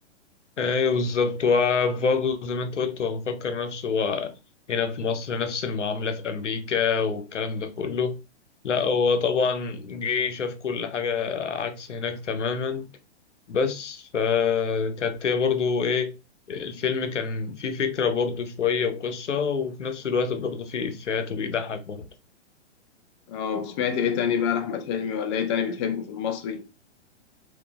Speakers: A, on the left (about 85°); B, on the left (about 25°).
A: ايوه بالظبط وبرضه زي ما انت قلت هو مفكر نفسه هو هنا في مصر نفس المعاملة في أمريكا والكلام ده كله لا هو طبعا جه شاف كل حاجة عكس هناك تماما بس فكانت هي برضه ايه الفيلم كان فيه فكرة برضه شوية وقصة وفي نفس الوقت برضه فيه إفيهات وبيضحك برضه
B: أو سمعت إيه تاني بقى لأحمد حلمي ولا إيه تاني بتحبه في المصري؟